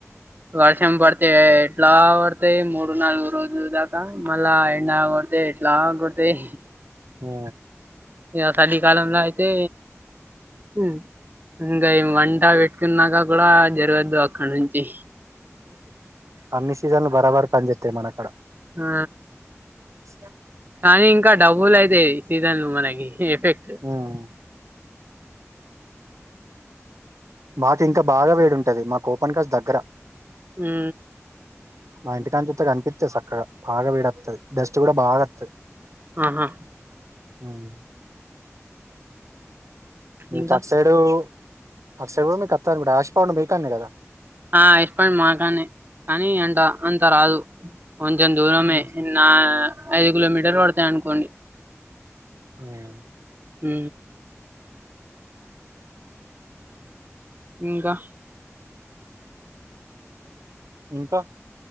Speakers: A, on the right (about 40°); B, on the right (about 80°).
A: వర్షంపడితే ఎట్లా పడతయి మూడునాలుగు రోజుల దాకా ఆ మళ్ళా ఎండా కొడితే ఎట్లా కొడతేయి
B: అ
A: ఇగా సలికాలంలా అయితే హ్ ఇంగా ఈ మంటపెట్టుకున్నాక కూడా జరగద్దు అక్కడ నుంచి.
B: అన్ని సీజన్లు బరాబర్ పనిచెత్తయి మనకాడ.
A: ఆ
B: స
A: కానీ ఇంకా డబుల్ అయితయి సీజన్లు మనకి ఎఫెక్ట్.
B: ఉమ్ మాకింకా బాగా వేడుంటది, మాకు ఓపెన్కాస్ట్ దగ్గర.
A: హ్
B: మా ఇంటికానుంచూత్తే కనిపిత్తది సక్కగా బాగా వేడత్తది, డస్ట్ కూడా బాగాఅత్తది.
A: ఆహా
B: అవును. మీకు
A: ఇంకా
B: అటుసైడూ అటుసైడు కూడా మీకు అత్తది అనుకుంట యాష్పౌండ్ మీకాన్నే కదా.
A: ఆ యాష్పౌండ్ మాకాన్నే కానీ అంత అంతరాదు. కొంచెం దూరమే.
B: ఉమ్.
A: నా ఐదు కిలోమీటర్లు పడతయి అనుకోండి.
B: అవునా
A: హ్ ఇంకా
B: ఇంకా